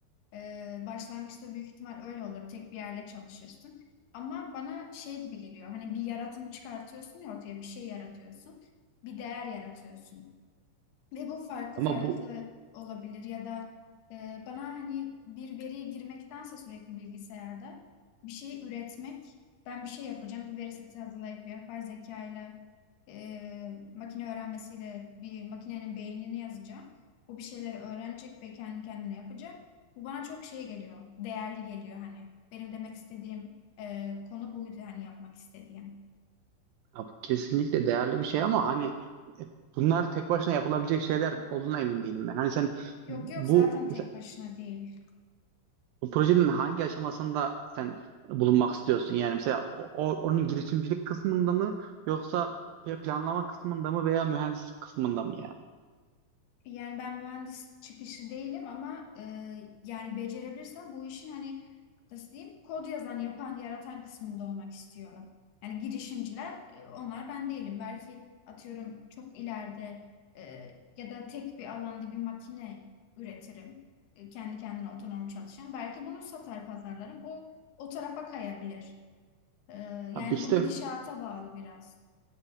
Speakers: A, on the left; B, on the right.
A: Ee, başlangıçta büyük ihtimal öyle olur. Tek bir yerle çalışırsın. Ama bana şey gibi geliyor. Hani bir yaratım çıkartıyorsun ya ortaya bir şey yaratıyorsun. Bir değer yaratıyorsun. Ve bu farklı
B: Ama
A: farklı
B: bu
A: olabilir ya da e, bana hani bir veriye girmektense sürekli bilgisayarda bir şey üretmek, ben bir şey yapacağım, bir veri seti hazırlayıp yapay zekayla e, makine öğrenmesiyle bir makinenin beynini yazacağım. O bir şeyleri öğrenecek ve kendi kendine yapacak. Bu bana çok şey geliyor, değerli geliyor hani. Benim demek istediğim e, konu buydu hani yapmak istediğim.
B: Ya bu kesinlikle değerli bir şey ama hani e, bunlar tek başına yapılabilecek şeyler olduğuna emin değilim ben. Hani sen
A: Yok yok
B: bu
A: zaten tek
B: mesela
A: başına değil.
B: bu projenin hangi aşamasında sen bulunmak istiyorsun? Yani mesela o, o- onun girişimcilik kısmında mı yoksa planlama kısmında mı veya mühendislik kısmında mı yani?
A: Yani ben mühendis çıkışı değilim ama e, yani becerebilirsem bu işin hani nasıl diyeyim kod yazan, yapan, yaratan kısmında olmak istiyorum. Yani girişimciler e, onlar ben değilim. Belki atıyorum çok ileride e, ya da tek bir alanda bir makine üretirim. E, kendi kendine otonom çalışan. Belki bunu satar pazarlarım. O o tarafa kayabilir. E, yani
B: Abi işte
A: bu gidişata bağlı biraz.